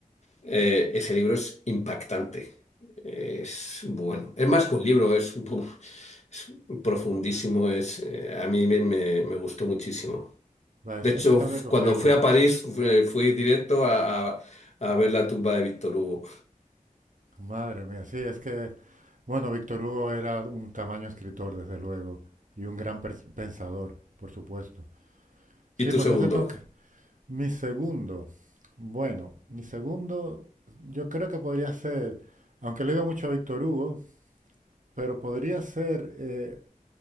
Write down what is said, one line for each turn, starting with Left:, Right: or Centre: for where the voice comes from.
Left: Eh, ese libro es impactante, es bueno. Es más que un libro, es, uf, es profundísimo, es, eh, a mí me, me- me gustó muchísimo.
Right: va,
Left: De
Right: ese,
Left: hecho,
Right: ese tengo
Left: f-
Right: que cogerlo.
Left: cuando fui a París, fui, fui directo a, a a ver la tumba de Víctor Hugo.
Right: Madre mía, sí, es que, bueno, Víctor Hugo era un tamaño escritor, desde luego, y un gran pers- pensador, por supuesto. Sí,
Left: ¿Y tu
Right: pues
Left: segundo?
Right: ese tengo que... Mi segundo, bueno, mi segundo yo creo que podría ser, aunque le digo mucho a Víctor Hugo, pero podría ser, eh,